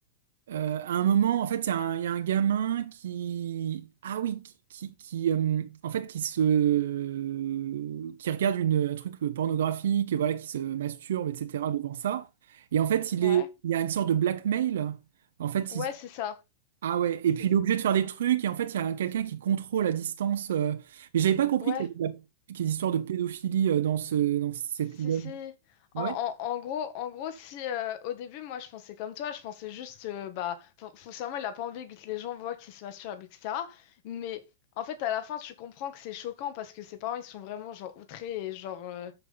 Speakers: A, on the right; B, on the left.
A: Euh, à un moment, en fait, il y, a un il y a un gamin qui, ah oui, qui, qui, qui, euh, en fait, qui se, qui regarde une, un truc pornographique, voilà, qui se masturbe, etc. devant ça. Et en fait, il
B: Ouais.
A: est, il y a une sorte de blackmail. En fait,
B: Ouais,
A: il-
B: c'est ça.
A: ah ouais. Et
B: C'est
A: puis
B: ça.
A: il est obligé de faire des trucs. Et en fait, il y a quelqu'un qui contrôle à distance. euh, Mais j'avais pas compris
B: Ouais,
A: qu'il y avait de la- qu'il y ait des histoires de pédophilie euh, dans ce, dans cet
B: Si,
A: épisode.
B: si. En,
A: Ah ouais?
B: en- en gros, en gros, si euh, au début, moi, je pensais comme toi, je pensais juste, euh, bah, fo- foncièrement, il a pas envie que les gens voient qu'il se masturbe, etc. Mais en fait, à la fin, tu comprends que c'est choquant parce que ses parents, ils sont vraiment, genre, outrés et genre, euh,